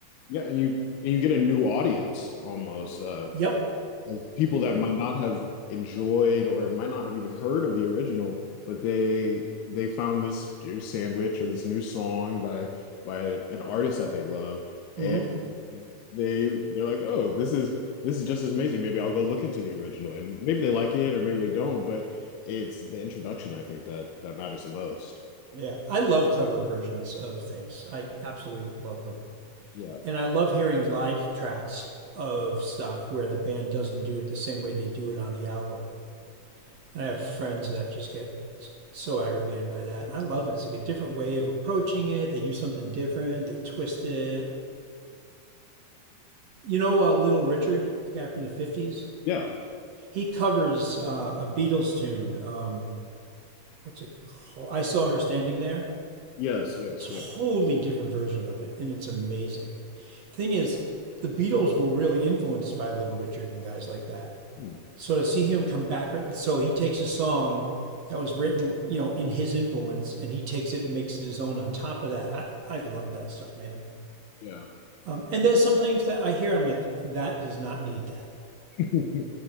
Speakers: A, on the left (about 75°); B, on the right (about 60°).
A: Yeah, and you and you get a new audience almost. Uh,
B: Yep,
A: of people
B: yep.
A: that might not have enjoyed or might not have even heard of the original, but they they found this new sandwich or this new song by by an artist that they love, and
B: Mm-hmm.
A: they they're like, oh, this is this is just as amazing. Maybe I'll go look into the original, and maybe they like it or maybe they don't, but it's the introduction I think that that matters the most.
B: Yeah, I love cover versions of things. I absolutely love them.
A: Yeah,
B: And I love hearing live tracks of stuff where the band doesn't do it the same way they do it on the album. And I have friends that just get so aggravated by that. And I love it. It's like a different way of approaching it. They do something different, they twist it. You know, uh, Little Richard, the guy from the 50s?
A: yeah,
B: He covers uh, a Beatles tune. Um, what's it called? I Saw Her Standing There.
A: yes, yes,
B: Totally
A: yeah,
B: different version of it. And it's amazing. Thing is, the Beatles were really influenced by Little Richard and guys like that.
A: Hmm.
B: So to see him come back, so he takes a song that was written, you know, in his influence, and he takes it and makes it his own. On top of that, I I love that stuff, man.
A: yeah,
B: Um, and there's sometimes that I hear, I'm like, that does not need that.
A: <laughs>